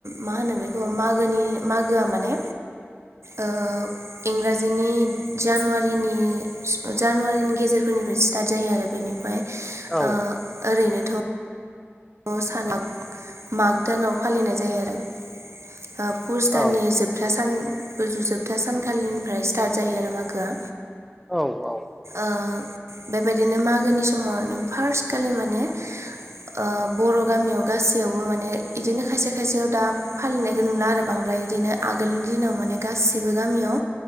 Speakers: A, on the right; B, in the centre.
A: मा होनो बेखौ मागोनि मागोआ माने ओ इंराजिनि जानुवारिनि जानुवारिनि गेजेरफोरनिफ्राय स्टार्ट जायो आरो बेनिफाय
B: औ
A: ओ ओरैनोथ' अ सानाग माग दानाव फालिनाय जायो आरो। ओ पुस दाननि
B: औ
A: जोबथा सान गोजौ जोबथा सानखालिनिफ्राय स्टार्ट जायो आरो मागोआ।
B: औ औ।
A: ओ बेबायदिनो मागोनि समाव आरनो फार्स्ट खालि माने ओ बर' गामियाव गासैयावबो माने इदिनो खायसे खायसेयाव दा फालिनायखो नुला आरो बांद्राय इदिनो आगोलनि दिनाव माने गासिबो गामियाव